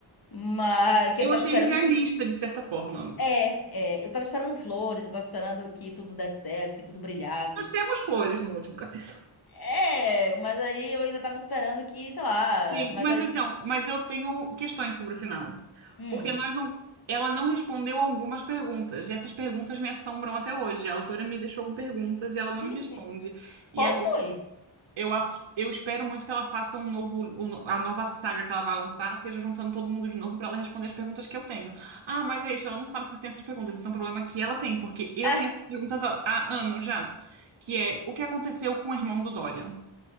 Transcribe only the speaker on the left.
mas que
eu tava
esperando.
É, é, eu tava esperando flores, eu tava esperando que tudo desse certo, que tudo brilhasse.
É, mas aí eu ainda tava esperando que, sei lá,
mas
aí.
Hum.
Vixe,
qual
foi?
Ah,